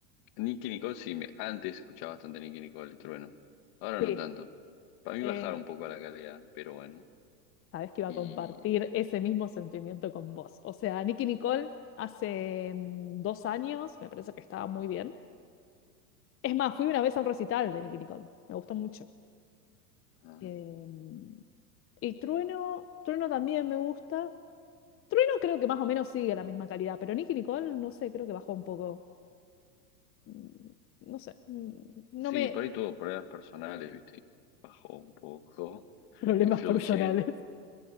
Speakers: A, on the left; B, on the left.
A: Nicki Nicole sí, me, antes escuchaba bastante Nicki Nicole y Trueno. Ahora
B: Sí,
A: no tanto. Para mí
B: eh,
A: bajaron un poco la calidad, pero bueno.
B: sabés que iba
A: Y...
B: a compartir ese mismo sentimiento con vos. O sea, Nicki Nicole hace mm, dos años me parece que estaba muy bien. Es más, fui una vez a un recital de Nicki Nicole. Me gustó mucho.
A: ah,
B: Em, y Trueno, Trueno también me gusta. Trueno creo que más o menos sigue la misma calidad, pero Nicki Nicole, no sé, creo que bajó un poco. Mm, No sé, mm,
A: Sí,
B: no me...
A: por ahí tuvo problemas personales, ¿viste? y Bajó un poco.
B: Problemas
A: Influye,
B: personales.